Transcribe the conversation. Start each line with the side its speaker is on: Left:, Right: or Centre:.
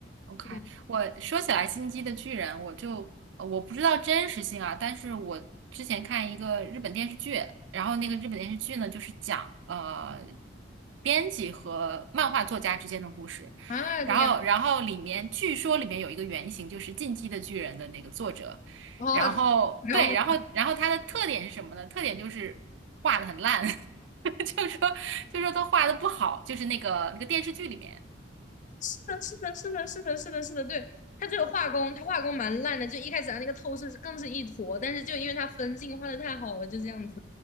Right: ，OK，
Left: 对，
Right: 我说起来《进击的巨人》，我就呃我不知道真实性啊，但是我之前看一个日本电视剧，然后那个日本电视剧呢，就是讲呃编辑和漫画作家之间的故事，
Left: 啊，
Right: 然后然后里面据说里面有一个原型就是《进击的巨人》的那个作者，
Left: 这个样子哦。
Right: 然后对，
Left: <laughs> 然后呢？
Right: 然后然后他的特点是什么呢？特点就是画的很烂，<laughs> 就说就说他画的不好，就是那个那个电视剧里面。
Left: 是的，是的，是的，是的，是的，是的，对，他这个画工，他画工蛮烂的，就一开始他那个透视是更是一坨，但是就因为他分镜画的太好了，就这样子。